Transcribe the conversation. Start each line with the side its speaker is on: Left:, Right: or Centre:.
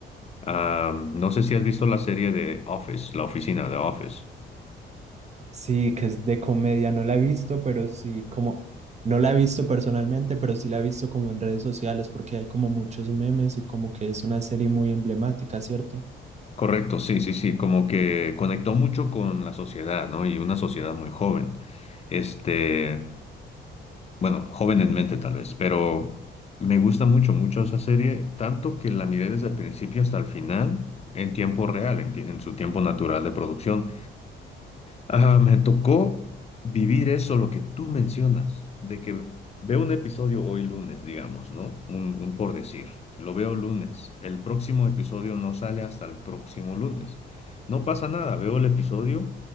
Left: Ah, no sé si has visto la serie de Office, la oficina de Office.
Right: Sí, que es de comedia, no la he visto, pero sí, como, no la he visto personalmente, pero sí la he visto como en redes sociales porque hay como muchos memes y como que es una serie muy emblemática, ¿cierto?
Left: Correcto, sí, sí, sí, como que conectó mucho con la sociedad, ¿no? Y una sociedad muy joven. Este, bueno, joven en mente tal vez, pero me gusta mucho, mucho esa serie, tanto que la miré desde el principio hasta el final en tiempo real, en, ti- en su tiempo natural de producción. Ah, me tocó vivir eso, lo que tú mencionas, de que veo un episodio hoy lunes, digamos, ¿no? Un, un por decir, lo veo lunes, el próximo episodio no sale hasta el próximo lunes. No pasa nada, veo el episodio